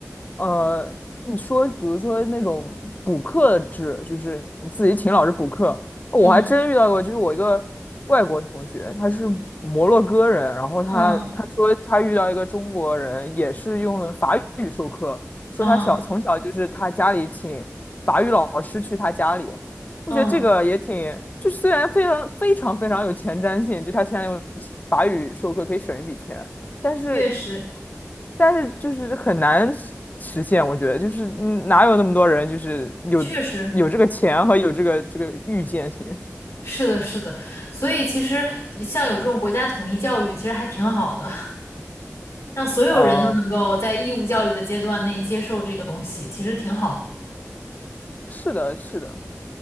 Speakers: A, on the left; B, on the left.
A: 呃，你说，比如说那种补课制，就是你自己请老师补课，我还真遇到过，
B: 嗯
A: 就是我一个外国同学，他是摩洛哥人，然后他他说他遇到一个中国人，
B: 嗯
A: 也是用法语授课，说他小从小就是他家里请法语老师去他家里，
B: 嗯
A: 我觉得这个也挺，
B: 嗯，
A: 就是虽然非常非常非常有前瞻性，就他现在用其法语授课可以省一笔钱，但是
B: 确实
A: 但是就是很难实实现，我觉得就是嗯哪有那么多人就是有有这个钱和有这个这个预见性
B: 确实是的，是的。所以其实像有这种国家统一教育，其实还挺好的，<laughs> 让所有人都能够在义务教育的阶段内接受这个东西，
A: 啊，
B: 其实挺好的。
A: 是的，是的，